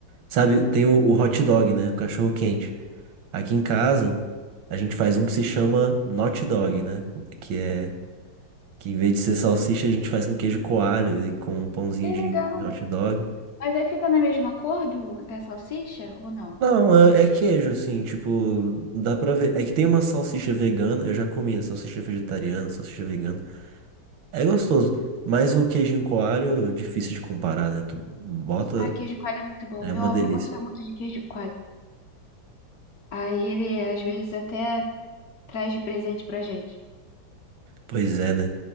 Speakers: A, on the right; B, on the left.
A: Sabe, tem o, o hot dog, né? O cachorro quente. Aqui em casa, a gente faz um que se chama not dog, né? Que é que em vez de ser salsicha, a gente faz com queijo coalho e com um pãozinho
B: é
A: de,
B: legal.
A: de hot dog.
B: Mas aí fica na mesma cor do, da salsicha ou não?
A: Não, é, é queijo, assim, tipo, dá pra ver. É que tem uma salsicha vegana, eu já comi, né? Salsicha vegetariana, salsicha vegana. É gostoso, mas o queijinho coalho, difícil de comparar, né? Tu bota,
B: Ah, queijo de coalho é muito bom.
A: é
B: Meu
A: uma
B: avô
A: delícia.
B: gosta muito de queijo de coalho. Aí ele às vezes até traz de presente pra gente.
A: Pois é, né?